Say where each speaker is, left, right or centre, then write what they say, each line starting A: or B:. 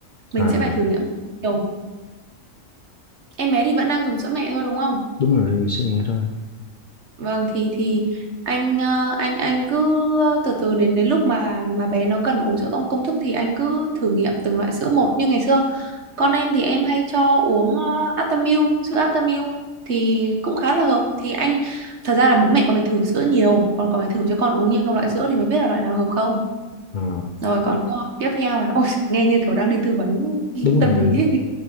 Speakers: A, on the right; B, on the left.
A: Mình
B: à
A: sẽ phải thử nghiệm nhiều. Em bé thì vẫn đang dùng sữa mẹ thôi đúng không?
B: đúng rồi mình sẽ nghe thôi
A: Vâng thì thì anh ờ, anh anh cứ từ từ đến đến lúc mà mà bé nó cần uống sữa công công thức thì anh cứ thử nghiệm từng loại sữa một như ngày xưa Con em thì em hay cho uống ờ, Aptamil, sữa Aptamil thì cũng khá là hợp. Thì anh thật ra là bố mẹ còn phải thử sữa nhiều, còn còn phải thử cho con uống nhiều loại sữa thì mới biết là loại nào hợp không.
B: à,
A: Rồi còn câu hỏi tiếp theo là ôi nghe như kiểu đang đi tư vấn <laughs>
B: đúng
A: tâm
B: rồi
A: lý ấy, như